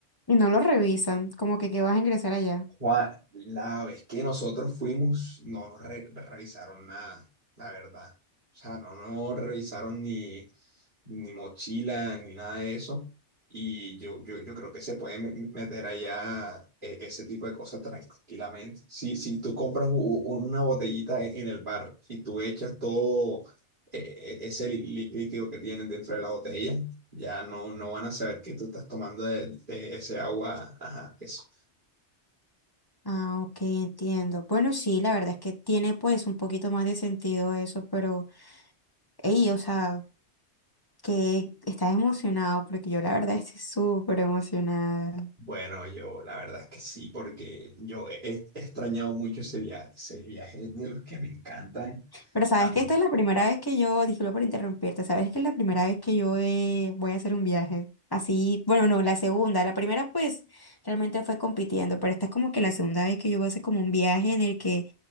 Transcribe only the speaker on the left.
Y no lo revisan, como que, que vas a ingresar allá.
Ah, ok, entiendo. Bueno, sí, la verdad es que tiene pues un poquito más de sentido eso, pero, ey, o sea, que estás emocionado, porque yo la verdad estoy súper emocionada.
Pero sabes
que esta es la primera vez que yo, disculpa por interrumpirte, sabes que es la primera vez que yo eh, voy a hacer un viaje. Así, bueno, no, la segunda, la primera pues realmente fue compitiendo, pero esta es como que la segunda vez que yo voy a hacer como un viaje en el que